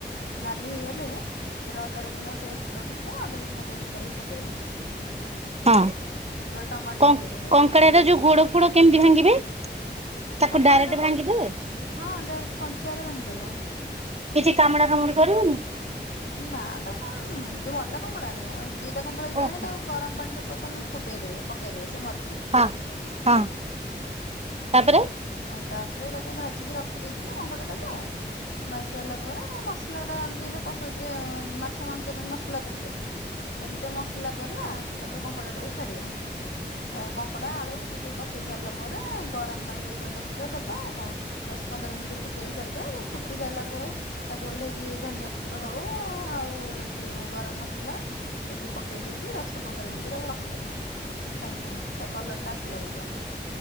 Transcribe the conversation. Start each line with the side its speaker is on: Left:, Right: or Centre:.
Left: ନାଲି ହେଇଗଲେ ଅଦା ରସୁଣ ପେଷ୍ଟ ରଖିଥିବ ଅଦା ରସୁଣ ପେଷ୍ଟ କରି ପକେଇବା।
Right: ହଁ
Left: ଟମାଟୋ
Right: କଙ୍କ
Left: ପକେଇବେ ତ
Right: କଙ୍କଡ଼ାର ଯୋଉ ଗୋଡ ଫୋଡ କେମିତି ଭାଙ୍ଗିବେ? ତାକୁ
Left: କଙ୍କଡା
Right: ଡାଇରେକ୍ଟ
Left: ଟା
Right: ଭାଙ୍ଗିଦେବେ?
Left: ହଁ ଡାଇରେକ୍ଟ କଞ୍ଚାରେ ଭାଙ୍ଗିଦବ।
Right: କିଛି କାମୁଡା କାମୁଡି କରିବନି?
Left: ନା ତାକୁ କଣ ଯୋଉ ମଲା କଙ୍କଡ଼ା ଆଣିବା ଆଉ ଜିଲଲା କଙ୍କଡ଼ା ଯଦି
Right: ଓହୋ
Left: ଆଣି ତାକୁ ଗରମ ପାଣିରେ ପ୍ରଥମେ ଫୁଟେଇଦେବେ ପ୍ ପକେଇଦବେ ସେ ମରିଯିବେ।
Right: ହଁ ହଁ ତାପରେ
Left: ଆଉ ତାପରେ ତାକୁ ଭାଜିକି ରଖିଦେଇଥିବେ କଙ୍କଡ଼ା ଟାକୁ। ଭାଜି ସାରିଲା ପରେ ମସଲାଟା ଯେମିତି କସାଉଛେ ଏ ମାଛ ମାଂସ ପାଇଁ ଯେମିତି ମସଲା କରୁଛେ ସେମିତି ମସଲା କରିବା ତାପରେ କଙ୍କଡ଼ା ଟାକୁ ଛାଡିବା। ତା ପରେ କଙ୍କଡା ଆଳୁ ଟିକେ କଷେଇ ସାରିଲା ପରେ ଏ ଗରମ ପାଣି ଟିକିଏ କରି ରଖିଥିବା ଦବା ଆଉ କଣ। ଦଶ ପନ୍ଦର ମିନିଟ୍ ଫୁଟିବାକୁ ଛାଡିଦବା ଫୁଟି ସାରିଲା ପରେ ତାକୁ ଓହ୍ଲେଇକି ଧନଆ ପ ପତ୍ର ହଉ ଆଉ ଏ ଯୋଉ ଗରମ ମସଲା ଟିକେ ପକେଇ ଦେଇକି ଦଶ ପନ୍ଦର ମିନିଟ ତାକୁ ରଖିଦବା ସାଙ୍ଗେ ସାଙ୍ଗେ ସେ ତା କଲରଟା ଟି ଟାସିଲା ପର୍ଯ୍ୟନ୍ତ।